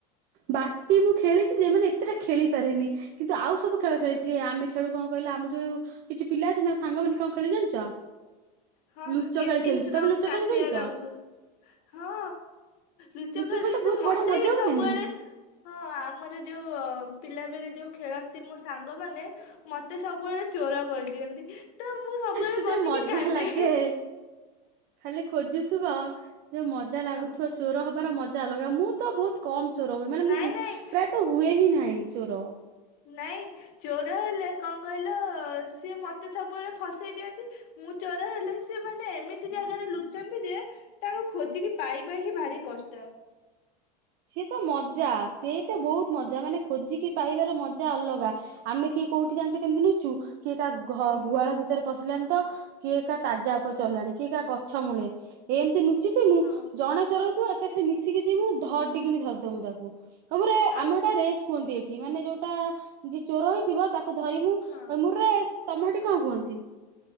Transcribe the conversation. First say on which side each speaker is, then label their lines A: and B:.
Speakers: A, on the right; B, on the left.
A: ବାଟି ମୁଁ ଖେଳିଛି ଯେ ମାନେ ଏତେଟା ଖେଳି ପାରେନି। କିନ୍ତୁ ଆଉ ସବୁ ଖେଳ ଖେଳିଛି। ଆମେ ଖେଳୁ କଣ କହିଲ ଆମର ଯୋଉ କିଛି ପିଲା ଅଛନ୍ତି ତାଙ୍କ ସାଙ୍ଗମାନେ କଣ ଖେଳି ଜାଣିଛ
B: ହଁ
A: ଲୁଚକାଳି
B: କିସ୍
A: ଖେଳିଛୁ
B: କିସ୍
A: ତମେ
B: ରଙ୍ଗ
A: ଲୁଚକାଳି
B: କାଶଆ
A: ଖେଳିଛ?
B: ରଙ୍ଗ, ହଁ ଲୁଚକାଳି
A: ଲୁଚ ଖେଳ
B: କିନ୍ତୁ
A: ଟା ବହୁତ
B: ମତେ
A: ବଢିଆ ମଜା
B: ବି ସବୁବେଳେ,
A: ହୁଏନି
B: ହଁ ଆମର ଯୋଉ ପିଲା ବେଳେ ଯୋଉ ଖେଳନ୍ତି ମୋ ସାଙ୍ଗମାନେ ମତେ ସବୁବେଳେ ଚୋର କରିଦିଅନ୍ତି। ତ ମୁଁ ସବୁବେଳେ
A: ସେ ଯୋଉ
B: ବସିକି
A: ମଜ
B: କାନ୍ଦେ
A: ଯାହା ଲାଗେ, ଖାଲି ଖୋଜୁଥିବ। ଯୋଉ ମଜା
B: ହଁ
A: ଲାଗୁଥିବ ଚୋର ହବ ତାର ମଜା ଅଲଗା ମୁଁ ତ ବହୁତ କମ ଚୋର ହୁଏ ମାନେ ମୁଁ
B: ନାଇଁ ନାଇଁ
A: ପ୍ରାୟତ ହୁଏ ହିଁ ନାହିଁ। ଚୋର।
B: ନାଇଁ ଚୋର ହେଲେ କଣ କହିଲ ସିଏ ମତେ ସବୁବେଳେ ଫସେଇ ଦିଅନ୍ତି। ମୁଁ ଚୋର ହେଲେ ସିଏ ମାନେ ଏମିତି ଜାଗାରେ ଲୁଚନ୍ତି ଯେ ତାଙ୍କୁ ଖୋଜିକି ପାଇବା ହିଁ ଭାରି କଷ୍ଟ।
A: ସି ତ ମଜା ସେଇତ ବହୁତ ମଜା ମାନେ ଖୋଜିକି ପାଇବାର ମଜା ଅଲଗା। ଆମେ କିଏ କୋଉଠି ଜାଣିଛ କେମିତି ନୁଚୁ? କିଏ କା ଘ
B: ହୁଁ।
A: ଗୁହାଳ ଭିତରେ ପଶିଲାଣି ତ କିଏ କାହା ତାଜା ଉପରେ ଚଲଲାଣି କିଏ କାହା ଗଛ ମୂଳେ ଏମିତି ନ ମୁଁ
B: ହଁ
A: ଜଣେ ଚରଇଥିବା କଥା ମିଶିକି ଯିମୁଁ ଧଡ଼ କିଣି ଧରିଦ ମୁଁ ତାକୁ ତାପରେ
B: ଆଉ
A: ଆମର ଏଟା ରେସ୍ କୁହନ୍ତି ଏଠି ମାନେ ଯୋଉଟା ଯିଏ ଚୋର ହେଇଥିବ ତା ଧରି ମୁୁ
B: ହଁ
A: ମୁ ରେ ତମ କଣ କୁହନ୍ତି